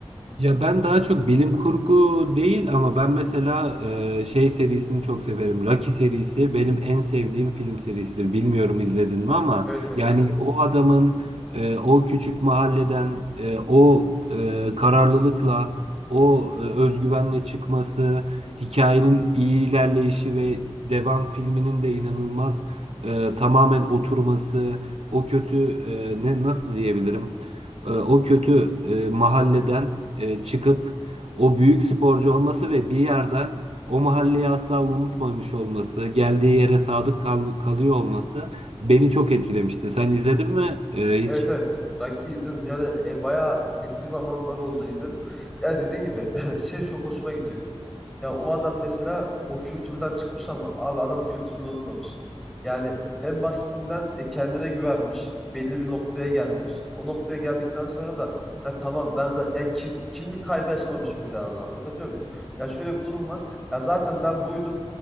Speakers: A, on the right; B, in the centre.
A: Ya ben daha çok bilim kurgu değil ama ben mesela e, şey serisini çok severim. Rocky serisi benim en sevdiğim film serisidir. Bilmiyorum izledin mi ama
B: Evet evet
A: yani
B: izledim.
A: o adamın e, o küçük mahalleden e, o e, kararlılıkla o e, özgüvenle çıkması, hikayenin iyi ilerleyişi ve devam filminin de inanılmaz e, tamamen oturması, o kötü e, ne nasıl diyebilirim? e, o kötü e, mahalleden e, çıkıp o büyük sporcu olması ve bir yerden o mahalleyi asla unutmamış olması, geldiği yere sadık kal- kalıyor olması beni çok etkilemişti. Sen izledin mi? E, hiç.
B: Evet evet. Rocky izledim. Yani e, bayağı eski zamanlar oldu izledim. Ya dediğin gibi <clears throat> şey çok hoşuma gidiyor. Ya o adam mesela o kültürden çıkmış ama abi adam kültürünü unutmamış. Yani en basitinden e, kendine güvenmiş. Belli bir noktaya gelmiş. O noktaya geldikten sonra da ha, tamam ben zaten yani kim, kimlik kaybı yaşamamış mesela orada. Anlatabiliyor muyum? Ya şöyle bir durum var. Ya zaten ben buydum.